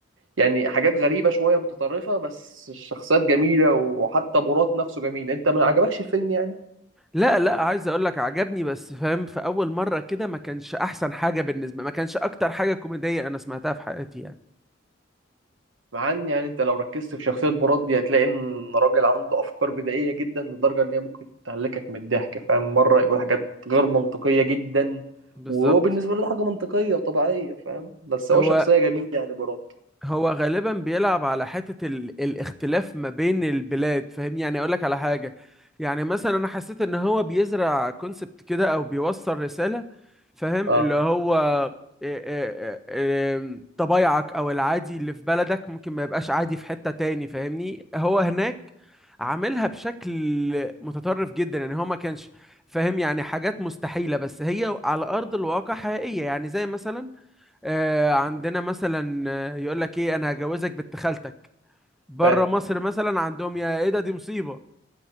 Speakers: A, on the right; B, in the centre.
A: يعني حاجات غريبة شوية متطرفة بس الشخصيات جميلة وحتى مراد نفسه جميل انت ما عجبكش الفيلم يعني
B: لا لا عايز اقول لك عجبني بس فاهم في اول مره كده ما كانش احسن حاجه بالنسبه ما كانش اكتر حاجه كوميديه انا سمعتها في حياتي يعني
A: مع ان يعني انت لو ركزت في شخصية براد دي هتلاقي ان راجل عنده افكار بدائية جدا لدرجة ان هي ممكن تهلكك من الضحك فاهم مرة يقول حاجات غير منطقية جدا
B: بالظبط
A: وهو بالنسبة له ده حاجة منطقية وطبيعية فاهم بس هو
B: هو
A: شخصية جميلة يعني براد
B: هو غالبا بيلعب على حتة ال... الاختلاف ما بين البلاد فاهمني يعني اقول لك على حاجة يعني مثلا انا حسيت ان هو بيزرع كونسبت كده او بيوصل رسالة فاهم
A: اه
B: اللي هو إيه إيه إيه إيه طبايعك او العادي اللي في بلدك ممكن ما يبقاش عادي في حتة تاني فاهمني هو هناك عاملها بشكل متطرف جدا يعني هو ما كانش فاهم يعني حاجات مستحيلة بس هي على ارض الواقع حقيقية يعني زي مثلا آه، عندنا مثلا آه، يقول لك ايه انا هجوزك بنت خالتك بره
A: فاهم
B: مصر مثلا عندهم يا ايه ده دي مصيبة